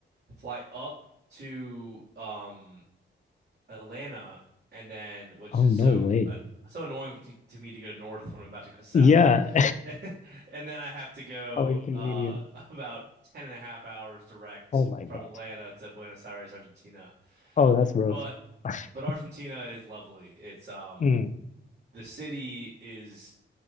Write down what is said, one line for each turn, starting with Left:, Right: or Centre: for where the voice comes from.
Right: fly up to um Atlanta, and then which
Left: Oh,
Right: is
Left: no
Right: so
Left: way.
Right: uh, so annoying to, to me to go north when I'm about to go south.
Left: Yeah.
Right: <laughs> And then I have to go
Left: <laughs> How inconvenient.
Right: uh, <laughs> about 10 and a half hours direct
Left: Oh my
Right: from
Left: God.
Right: Atlanta to Buenos Aires, Argentina.
Left: Oh, that's rough.
Right: But
Left: <laughs>
Right: but Argentina is lovely. It's um
Left: Mm,
Right: the city is